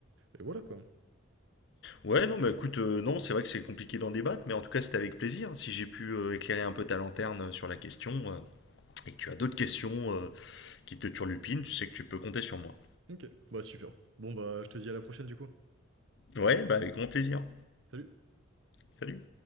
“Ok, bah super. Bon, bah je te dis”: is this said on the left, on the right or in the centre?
Right